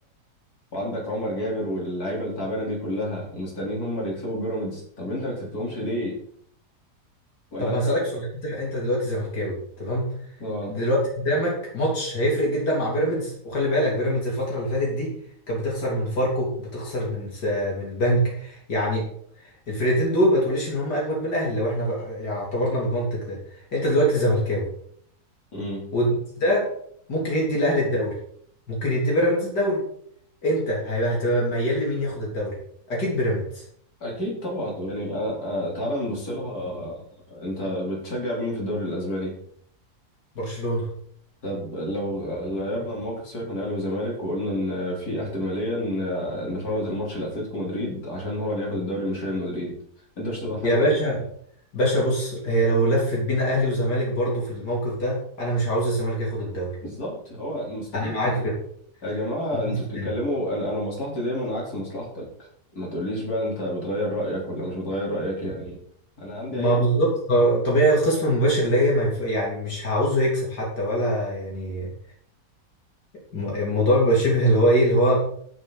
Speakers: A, on the left; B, on the left.
A: وعندك عمر جابر واللعيبة التعبانة دي كلها ومستنيين هم اللي يكسبوا بيراميدز طب أنت ما كسبتهمش ليه؟ ولا
B: طب
A: أنت
B: هسألك سؤال أنت أنت دلوقتي زملكاوي تمام
A: آه
B: دلوقتي قدامك ماتش هيفرق جدا مع بيراميدز وخلي بالك بيراميدز الفترة اللي فاتت دي كانت بتخسر من فاركو بتخسر من س... من البنك يعني الفرقتين دول ما تقوليش ان هم اجمد من الاهلي لو احنا ف- يعني اعتبرنا بالمنطق ده انت دلوقتي زملكاوي
A: امم
B: والماتش ده ممكن يدي الاهلي الدوري ممكن يدي بيراميدز الدوري انت هيبقى- هتبقى ميال لمين ياخد الدوري اكيد بيراميدز
A: أكيد طبعا يعني أنا آه، تعالى نبص لها أنت بتشجع مين في الدوري الأسباني؟
B: برشلونة
A: طب لو غيرنا الموقف سيبك من اهلي وزمالك وقلنا ان في احتماليه ان إن نفوت الماتش لاتلتيكو مدريد عشان هو اللي ياخد الدوري مش ريال مدريد انت مش تبقى حابب
B: يا باشا باشا بص هي لو لفت بينا اهلي وزمالك برضو في الموقف ده انا مش عاوز الزمالك ياخد الدوري
A: بالظبط هو مستحيل
B: انا معاك في
A: يا جماعه
B: <laughs> بس
A: انتوا بتتكلموا انا انا مصلحتي دايما عكس مصلحتك ما تقوليش بقى انت بتغير رايك ولا مش بتغير رايك يعني انا عندي
B: ما
A: اي
B: طب- بالظبط آه، طبيعي الخصم المباشر اللي هي ما يف... يعني مش هعوزه يكسب حتى ولا يعني م- الموضوع بيبقى شبه اللي هو ايه اللي هو